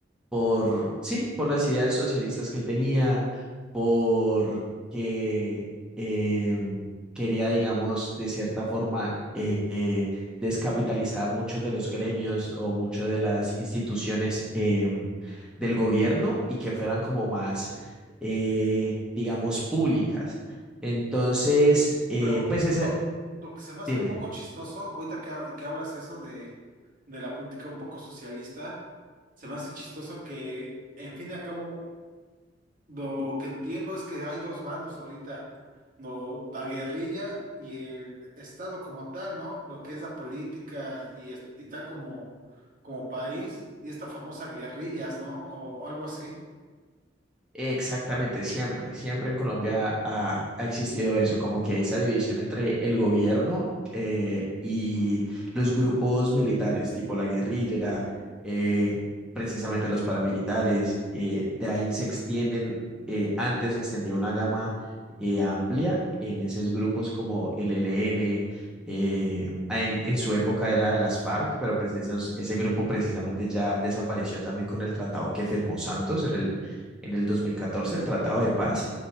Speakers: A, in the centre; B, on the right.
A: por, sí, por las ideas socialistas que él tenía, por que eh, quería, digamos, de cierta forma, eh, eh, descapitalizar muchos de los gremios o muchas de las instituciones eh, del gobierno y que fueran como más, eh, digamos, públicas. Entonces, eh,
B: pero
A: pues esa,
B: bro, lo que se me hace
A: dime.
B: un poco chistoso, ahorita que, ha- que hablas eso de, de la política un poco socialista, se me hace chistoso que, en fin y al cabo, Lo que entiendo es que hay dos bandos ahorita, lo- la guerrilla y el Estado como tal, ¿no? Lo que es la política y, es- y tal como, como país, y esta famosa guerrillas, ¿no? O algo así.
A: Exactamente, siempre, siempre en Colombia ha, ha existido eso, como que esa división entre el gobierno eh, y los grupos militares, tipo la guerrilla, eh, precisamente los paramilitares, eh, de ahí se extienden, eh, antes se extendía una gama eh, amplia en esos grupos como el ELN, eh, en, en su época era las FARC, pero pues esos- ese grupo precisamente ya desapareció también con el tratado que firmó Santos en el en el dos mil catorce el Tratado de Paz.